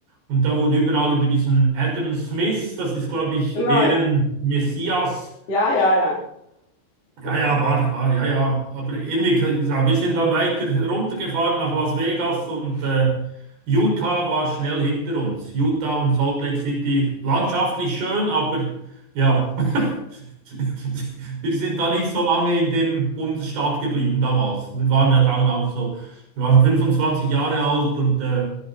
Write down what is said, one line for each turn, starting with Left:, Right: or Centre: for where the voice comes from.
Right: und da wurde überall über diesen Adam Smith, das ist glaube ich
Left: genau,
Right: deren
Left: ja.
Right: Messias,
Left: Ja, ja, ja.
Right: ja,
Left: mhm.
Right: ja, war, war, ja, ja. Aber irgendwie, ich sag, wir sind dann weiter runtergefahren nach Las Vegas und äh, Utah war schnell hinter uns. Utah und Salt Lake City, landschaftlich schön, aber ja, <laughs> wir sind da nicht so lange in dem Bundesstaat geblieben damals. Wir waren ja dann auch so, wir waren 25 Jahre alt und äh,